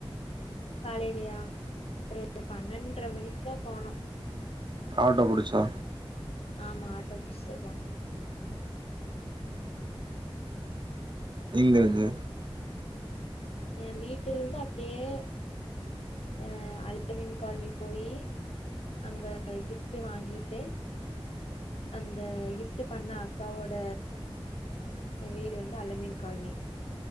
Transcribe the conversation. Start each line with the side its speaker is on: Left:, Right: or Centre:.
Left: காலைலியா ஒரு பன்னெண்ற மணிக்கு தா போனோ
Right: ஆட்டோ புடிச்சா
Left: ஆமா ஆட்டோ புடிச்சுதா போனோ
Right: எங்கயிருந்து
Left: என் வீட்லருந்து அப்டியே அ அல்பமீன் கால்னிக் போயி அங்க கிஃப்ட்டு வாங்கிட்டு அந்த கிஃப்ட் பண்ண அக்காவோட வீடு வந்து அலமீன் கால்னி